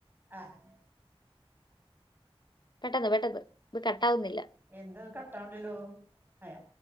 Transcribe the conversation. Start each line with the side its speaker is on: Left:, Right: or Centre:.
Right: ആ <unintelligible>
Left: പെട്ടെന്ന് പെട്ടെന്ന് കട്ടാവുന്നില്ല ഇത്
Right: എന്ത് കട്ടാണില്ലല്ലോ അയാ